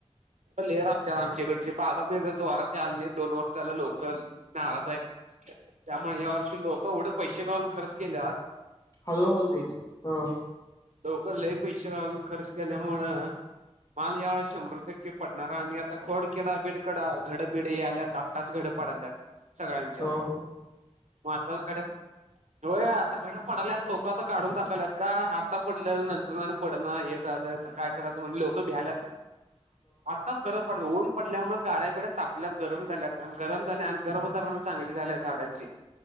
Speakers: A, on the right; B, on the left.
A: ले आपल्या तच्याकडची बागा बेगच वात आ नाही दोन वर्ष झालं लोकल नाराज आहेत त्यामुळे ह्या वर्षी लोक एवढे पैसे काालून खर्च केले
B: हळूहळू बोल
A: नाही
B: हो
A: लवकर ल पैसे काालून खर्च केल्यामुळं माल ह्या वेळेस शंभर टक्के पडणारा आणि आता खोडकडा बिडकडा घडबिड आल्यात आताच घड पाडल्यात सगळ्यांच्या
B: हो हो
A: मग आत्ताला घड होय आता घड पडाल्यात लोक आता काढून टाकाल्यात का आता पडल्या नंतर पड हे झालं तर काय करायचं म्ह लोक भ्याय
B: ह
A: आजताच गड ऊन पडल्यामुळे काड्या बिड्या तापल्यात गरम झाल्यात आणि गरम झाल्या आणि गर्मधारना चांगली झाल्या झाडांची